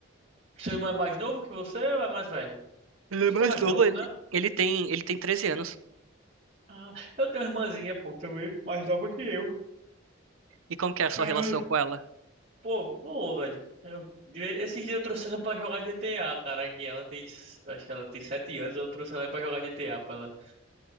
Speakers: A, on the right (about 45°); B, on the right (about 85°).
A: Seu irmão é mais novo que você ou é mais velho?
B: Ele
A: Acho
B: é mais
A: que é mais
B: novo,
A: novo,
B: ele,
A: né?
B: ele tem, ele tem treze anos.
A: Ah, eu tenho uma irmãzinha, pô, também mais nova que eu.
B: E como que é a sua
A: Ai.
B: relação com ela?
A: Pô, boa, velho. Eu, esses dias eu trouxe ela pra jogar GTA, cara, que ela tem, acho que ela tem sete anos, eu trouxe ela pra jogar GTA, pra ela